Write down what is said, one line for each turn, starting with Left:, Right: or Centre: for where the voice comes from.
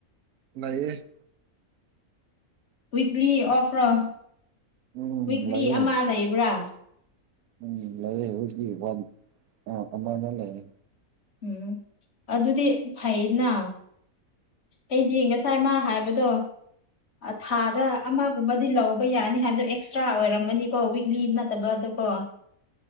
Right: ꯂꯩꯌꯦ
Left: ꯋꯤꯛꯂꯤ ꯑꯣꯐꯔꯣ
Right: ꯎꯝ
Left: ꯋꯤꯛꯂꯤ
Right: ꯂꯩꯌꯦ
Left: ꯑꯃ ꯂꯩꯕ꯭ꯔꯥ
Right: ꯎꯝ ꯂꯩꯌꯦ ꯋꯤꯛꯂꯤ ꯋꯥꯟ <unintelligible> ꯑꯃꯗ ꯂꯩꯌꯦ
Left: ꯎꯝ ꯑꯗꯨꯗꯤ ꯐꯩꯅ ꯑꯩꯗꯤ ꯉꯁꯥꯏ ꯃꯥ ꯍꯥꯏꯕꯗꯣ ꯊꯥꯗ ꯑꯃꯒꯨꯝꯕꯗꯤ ꯂꯧꯕ ꯌꯥꯅꯤ ꯍꯥꯏꯕꯗꯣ ꯑꯦꯛꯁꯇ꯭ꯔꯥ ꯑꯣꯏꯔꯝꯒꯅꯤꯀꯣ ꯋꯤꯛꯂꯤ ꯅꯠ ꯇꯕꯗꯨꯒꯣ